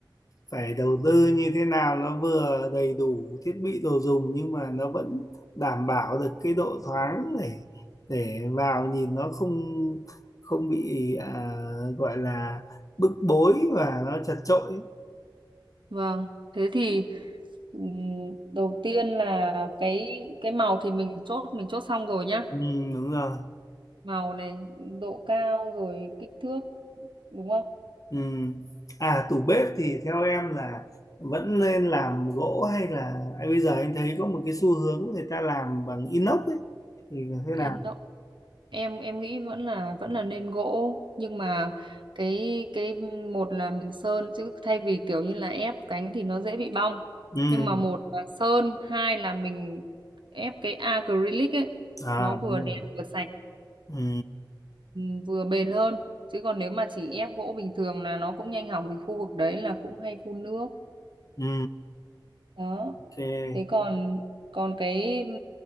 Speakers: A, on the left (about 45°); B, on the right (about 75°).
A: phải đầu tư như thế nào nó vừa đầy đủ thiết bị đồ dùng nhưng mà nó vẫn đảm bảo được cái độ thoáng để để vào nhìn nó không không bị à, gọi là bức bối và nó chật chội ấy.
B: vâng thế thì ừm, đầu tiên là cái cái màu thì mình chốt mình chốt xong rồi nhá
A: ừ, đúng rồi
B: màu này độ cao rồi kích thước đúng không
A: ừ. à tủ bếp thì theo em là vẫn nên làm gỗ hay là à, bây giờ anh thấy có một cái xu hướng người ta làm bằng inox ấy thì thế
B: in
A: nào
B: em em nghĩ vẫn là vẫn là nên gỗ nhưng mà cái cái một là mình sơn chứ thay vì kiểu như là ép cánh thì nó dễ bị bong
A: ừ
B: nhưng mà một là sơn hai là mình ép cái acrylic ấy
A: à
B: nó vừa
A: đúng
B: đẹp
A: rồi.
B: vừa sạch
A: ừ
B: ừ, vừa bền hơn chứ còn nếu mà chỉ ép gỗ bình thường là nó cũng nhanh hỏng vì khu vực đấy là cũng hay phun nước
A: ừ
B: đó
A: ok
B: thế còn còn cái ừ,